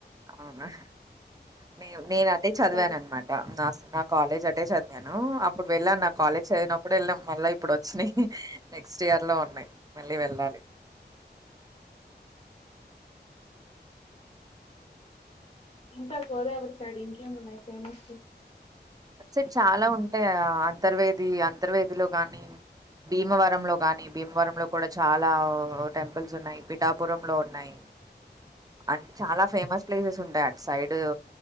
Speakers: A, on the right; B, on the left.
A: అవునా నే నేన అది చదివాన
B: సరే
A: అనమాట నా నా కాలేజ్ అటే చదివాను ఇప్పుడు వేళ్ళను నా కాలేజ్ చదివి అప్పుడు వెళ్ళాం మళ్ళా ఇప్పుడు వచ్చినాయి నెక్స్ట్ ఇయర్ లో ఉన్నాయి మళ్ళీ వెళ్ళాలి
B: ఇంకా గోదావరి సైడ్ ఇంకేం ఉన్నాయి ఫేమస్
A: స చాలా ఉంటాయి అంతర్వేది అంతర్వేదిలో కానీ భీమవరంలో కానీ భీమవరంలో కూడా చాలా టెంపుల్స్ ఉన్నాయి పిఠాపురంలో న్నాయి అం చాలా ఫేమస్ ప్లేసెస్ ఉంటాయి అట్ సైడ్